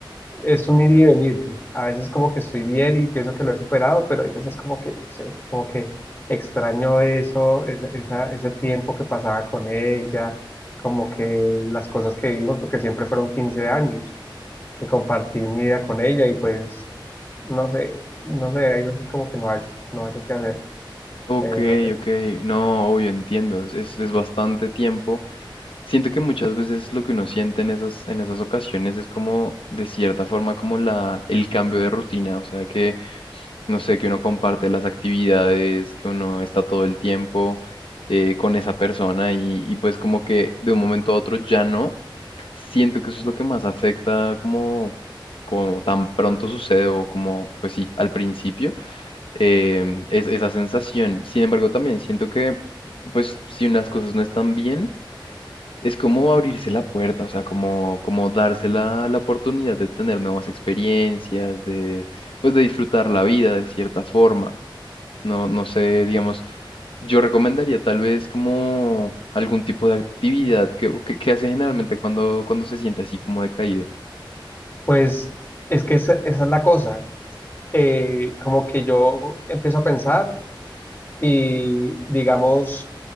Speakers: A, on the left; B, on the left.
A: es un ir y venir. A veces como que estoy bien y pienso que lo he superado, pero hay veces como que, no sé, como que extraño eso, esa, esa- ese tiempo que pasaba con ella, como que las cosas que vivimos, porque siempre fueron 15 años que compartí mi vida con ella y pues no sé, no sé, hay veces como que no hay, no hay qué hacer,
B: Ok,
A: eh, no sé.
B: ok, no, obvio, entiendo, es, es, es bastante tiempo. Siento que muchas veces lo que uno siente en esas, en esas ocasiones es como, de cierta forma, como la, el cambio de rutina, o sea, que, no sé, que uno comparte las actividades, que uno está todo el tiempo eh, con esa persona y, y pues como que de un momento a otro ya no. siento que eso es lo que más afecta como, como tan pronto sucede o como, pues sí, al principio, em, es esa sensación. Sin embargo, también siento que, pues si unas cosas no están bien, es como abrirse la puerta, o sea, como, como darse la, la oportunidad de tener nuevas experiencias, de, pues de disfrutar la vida de cierta forma. No, no sé, digamos, yo recomendaría tal vez como algún tipo de actividad que, que, que hace generalmente cuando, cuando se siente así como decaído.
A: Pues es que esa, esa es la cosa, eh, como que yo empiezo a pensar y digamos...